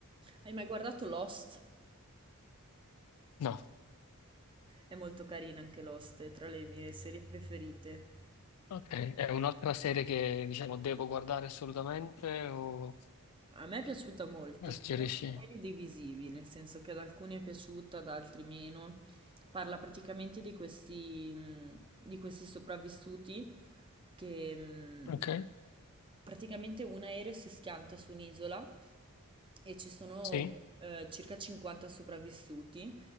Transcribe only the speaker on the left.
No.
Ok, è un'altra serie che diciamo devo guardare assolutamente o
la suggerisci?
Ok,
sì.